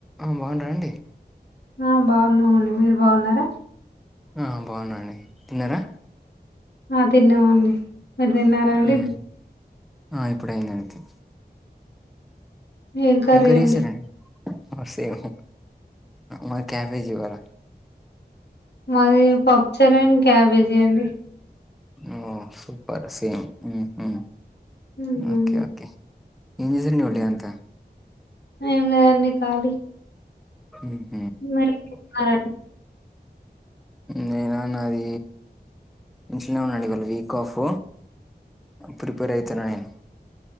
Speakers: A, in the centre; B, on the left.
A: ఆ బాగున్నారండి
B: ఆ బాగున్నామండి మీరు బాగున్నారా
A: ఆ బాగున్నానండి తిన్నారా
B: ఆ తిన్నామండి మీరు తిన్నారా అండి
A: హ్మ్. ఆ ఇప్పుడయిందండి
B: ఏం కర్రీ
A: ఎంకర్రి
B: అండి
A: చేసారండి సేమ్ మ క్యాబేజి ఇవాళ
B: మాది పప్పుచర్ అండ్ క్యాబేజీ అండి
A: ఓ సూపర్ సేమ్ మ్ మ్
B: హ్మ్
A: ఓకే ఓకే ఏం చేశారండి ఇవాళ డే అంత
B: ఏం లేదండి ఖాళీ
A: మ్
B: మరి మరా
A: నేన నాది ఇంట్లోనే ఉన్నానండి ఇవాళ వీక్ కాఫో ప్రిపేర్ అయితున్నా నేను